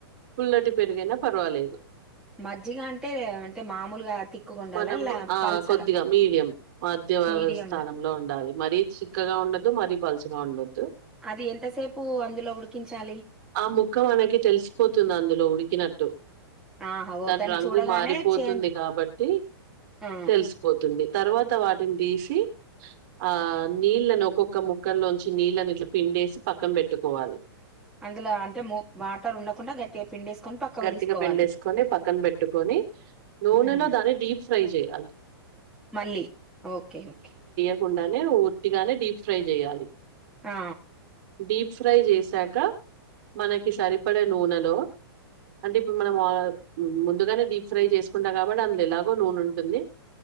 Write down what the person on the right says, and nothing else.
పుల్లటి పెరుగైనా పర్వాలేదు
మనం ఆ
కొద్దిగా మీడియం మధ్య
స్థానంలో ఉండాలి మరీ చిక్కగా ఉండద్దు మరీ పలుచగా ఉండద్దు
ఆ ముక్క మనకి తెలిసిపోతుంది అందులో ఉడికినట్టు
దాని
రంగు
మారిపోతుంది
కాబట్టి
తెలిసిపోతుంది తర్వాత వాట్ తీసి ఆ నీళ్ళని ఒక్కొక్క ముక్కలో ంచి నీళ్ని ఇట్లా పిండేసి పక్కన పెట్టుకోవాలి
గట్టిగా
పిండేసుకొని పక్కన పెట్టుకొని నూనెలో
దాన్ని డీప్ ఫ్రై చేయాలి
తకుండానే ఉర్తిగానే డీప్ ఫ్రై చేయాలి
డీప్ ఫ్రై చేశాక మనకి సరిపడే నూనెలో అంటే ఇప్పుడు మనం ముందుగానే డీప్ ఫ్రై చేసుకుంటాం కాబట్టి అందులో ఎలాగో నూనె ఉంటుంది